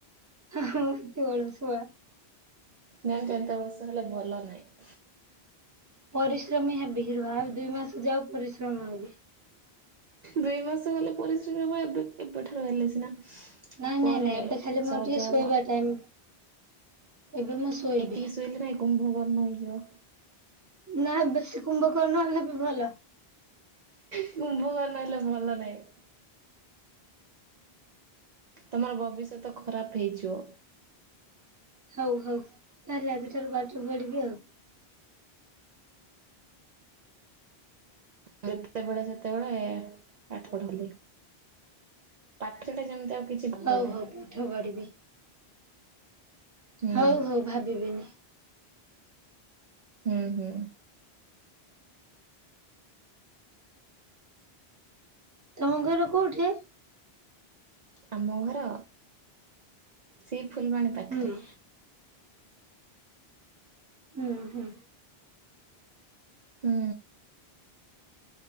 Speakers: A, on the right (about 20°); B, on the right (about 50°).
A: ହଁ ହଁ ଏତେ ଅଳଶୁଆ।
B: ନା <unintelligible> ବର୍ଷ ହେଲେ ଭଲ ନାହିଁ।
A: ପରିଶ୍ରମୀ ହେବି ହେଲା ଆଉ ଦୁଇ ମାସ ଯାଉ ପରିଶ୍ରମ ହେବି।
B: ଦୁଇ ମାସ ଗଲେ ପରିଶ୍ରମ ହବ। ଏବେ ଏବେଠାରୁ ହେଲେ ସିନା
A: ନାଇଁ ନାଇଁ
B: ପରେ
A: ନାଇଁ ଏବେ ଖାଲି ମୋର
B: ସହଜ
A: ଟିକେ ଶୋଇବା
B: ହେବ।
A: ଟାଇମ। ଏବେ ମୁଁ
B: ଏତିକି
A: ଶୋଇବି
B: ଶୋଇଲେ ନାଇଁ କୁମ୍ଭକର୍ଣ୍ଣ ହେଇଯିବ।
A: ନା ବେଶୀ କୁମ୍ଭକର୍ଣ୍ଣ ହେଲେ ବି ଭଲ।
B: କୁମ୍ଭକର୍ଣ୍ଣ ହେଲେ ଭଲ ନାଇଁ। ତମର ଭବିଷ୍ୟତ ଖରାପ ହେଇଯିବ।
A: ହଉ ହଉ ତାହେଲେ ଆଜି ଠାରୁ ପାଠ ପଢିବି ଆଉ।
B: ଯେତେବେଳେ ସେତେବେଳେ ପାଠ ପଢଲି। ପାଠ ଟା ଯେମିତି ଆଉ କିଛି ଭାବ
A: ହଉ
B: ନାହିଁ।
A: ହଉ ପାଠ ପଢିବି
B: ହୁଁ
A: ହଉ ହଉ ଭାବିବିନି।
B: ଉଁ ହୁଁ।
A: ତମ ଘର କୋଉଠି?
B: ଆମ ଘର ସେଇ ଫୁଲବାଣୀ ପାଖରେ।
A: ହୁଁ ହୁଁ ହୁଁ।
B: ହୁଁ।